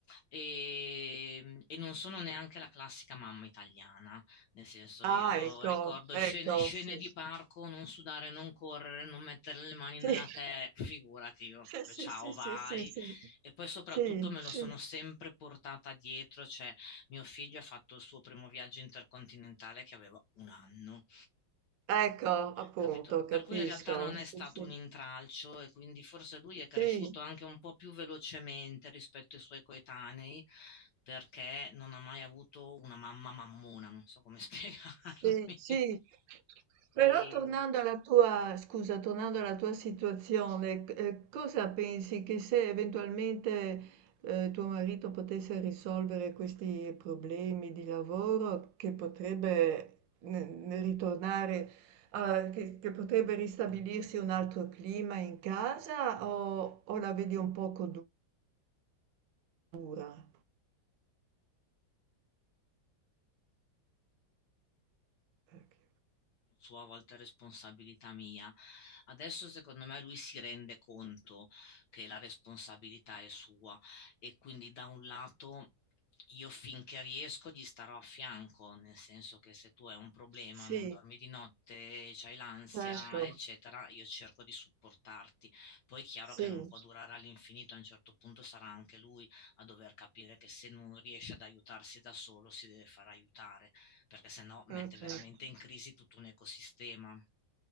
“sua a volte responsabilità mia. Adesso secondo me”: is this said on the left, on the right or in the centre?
Left